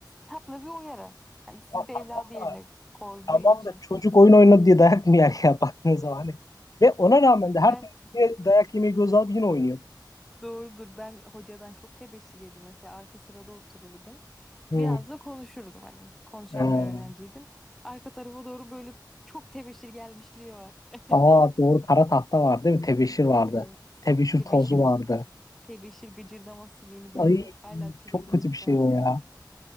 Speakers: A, in the centre; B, on the left.
A: tatlı bir uyarı. Hani sizi
B: Ya
A: de
B: tamam
A: evladı yerine
B: da
A: koyduğu
B: tamam
A: için.
B: da çocuk oyun oynadı diye dayak mı yer ya <laughs> baktığınız zaman. Hani. Ve ona rağmen de her
A: Ben
B: Yine dayak yemeyi göz alıp yine oynuyor.
A: doğrudur ben hocadan çok tebeşir yedim. Mesela arka sırada otururdum.
B: Hmm.
A: Biraz da konuşurdum hani. Konuşan
B: Hmm.
A: bir öğrenciydim. Arka tarafa doğru böyle çok tebeşir gelmişliği var. <laughs>
B: Aa doğru kara tahta vardı değil mi? Tebeşir
A: Evet.
B: vardı. Tebeşir
A: Tebeşir
B: tozu vardı.
A: tebeşir gıcırdaması beni böyle
B: Ay
A: hala tüylerim
B: çok kötü
A: ürperdir.
B: bir şey o ya.